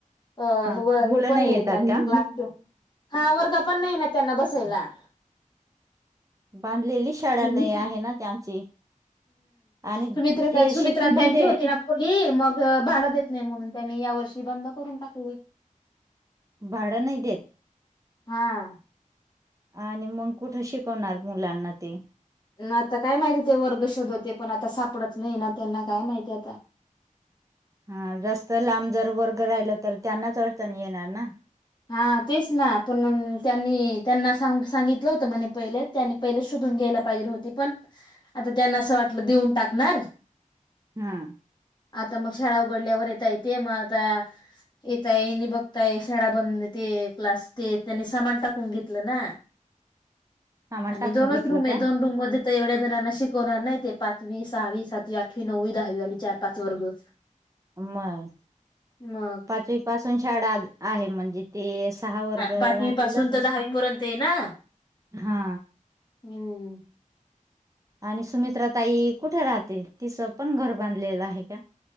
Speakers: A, on the left; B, on the right.
A: अ
B: हा
A: हे व
B: मुलं
A: हे पण नाही
B: येतात
A: त्यांना
B: का?
A: क्लासच हा वर्ग पण नाही ना त्यांना बसायला.
B: बांधलेली शाळा
A: हम्म
B: नाही आहे ना त्यांची आणि
A: सुमित्र
B: जे
A: तर सुमित्रा
B: शिकून
A: त्यांची
B: होते
A: होती ना खोली मग भाड देत नाही म्हणून त्यांनी या वर्षी बंद करून टाकली.
B: भाडं नाही देत.
A: हा!
B: आणि मग कुठे शिकवणार मुलांना ते?
A: मग आता काय माहिती ते वर्ग शोध होते पण आता सापडत नाही ना त्यांना काय माहिती आता.
B: हा रस्ता लांब जर वर्ग राहिल तर त्यांनाच अडचण येणार ना.
A: हा तेच ना पण त्यांनी त्यांना सां सांगितलं होतं म्हणे पहिले त्यांनी पहिले शोधून घ्यायला पाहिजे पण आता त्यांना अस वाटल देऊन टाकणार
B: हम्म!
A: आता मग शाळा उघडल्यावर येता येते. मग आता येताय नि बघताय शाळा बंद ते क्लास ते त्यांनी सामान टाकून घेतलं ना.
B: <inaudible> सामान
A: आणि
B: टाकून
A: दोनच
B: घेतलं
A: रूम आहे
B: का
A: दोन रूम मध्ये तर एवढ्या जणांना शिकवणार नाही. ते पाचवी, सहावी, सातवी, आठवी, नववी, दहावी वाली चार, पाच वर्ग.
B: मग
A: मग
B: पाचवी पासून शाळा आहे म्हणजे ते सहा वर्ग
A: ह पाचवी
B: राहतीलच
A: पासून तर दहावी पर्यंत ये ना.
B: हा
A: हम्म!
B: आणि सुमित्रा ताई कुठे राहते तिचं पण घर बांधलेलं आहे का?